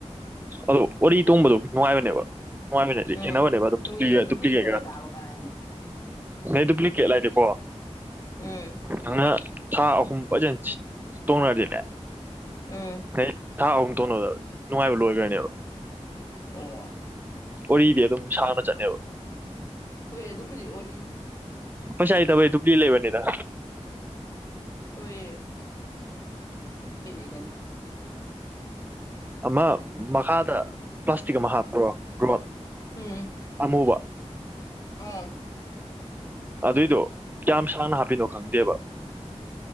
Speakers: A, on the right; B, on the left.
A: ꯑꯗꯣ ꯋꯥꯔꯤ ꯇꯣꯡꯕꯗꯣ ꯅꯨꯡꯉꯥꯏꯕꯅꯦꯕ ꯅꯨꯡꯉꯥꯏꯃꯤꯅꯦ ꯍꯥꯏꯗꯤ
B: ꯎꯝ
A: ꯈꯦꯠꯅꯕꯅꯦꯕ ꯑꯗꯨꯝ
B: ꯍꯣꯏ ꯑꯗꯨꯕꯨꯗꯤ
A: ꯗꯨꯄ꯭ꯂꯤꯀꯦꯠꯀ
B: ꯈꯦꯠꯅ ꯇꯥꯕ ꯀꯔꯥꯏꯅ
A: ꯅ ꯗꯨꯄ꯭ꯂꯤꯀꯦꯠ ꯂꯩꯗꯤꯦꯀꯣ
B: ꯎꯝ
A: ꯅꯪꯅ ꯊꯥ ꯑꯍꯨꯝ ꯐꯖꯅ ꯇꯣꯡꯅꯔꯗꯤꯅꯦ
B: ꯎꯝ
A: ꯍ ꯊꯥ ꯑꯍꯨꯝ ꯇꯣꯟꯅꯣꯗꯕ ꯅꯨꯡꯉꯥꯏꯕ ꯂꯣꯏꯈ꯭ꯔꯅꯦꯕ
B: ꯑꯣ
A: ꯋꯥꯔꯤꯗꯤ ꯑꯗꯨꯝ ꯁꯥꯡꯅ ꯆꯠꯅꯦꯕ
B: ꯍꯣꯏ ꯑꯗꯨꯕꯨꯗꯤ ꯑꯣ
A: ꯄꯩꯁꯥꯏ ꯏꯗꯕꯩꯗꯨ ꯄ꯭ꯔꯤ ꯂꯩꯕꯅꯤꯗ
B: ꯑꯣꯏꯣꯏ ꯅꯤ
A: ꯑꯃ ꯃꯈꯥꯗ ꯄ꯭ꯂꯥꯁꯇꯤꯛ ꯑꯃ ꯍꯥꯞꯄ꯭ꯔꯣ ꯔꯣꯠ
B: ꯎꯝ
A: ꯑꯃꯨꯕ
B: ꯑꯥ
A: ꯑꯗꯨꯏꯗꯣ ꯀꯌꯥꯝ ꯁꯥꯡꯅ ꯍꯥꯞꯄꯤꯅꯣ ꯈꯪꯗꯦꯕ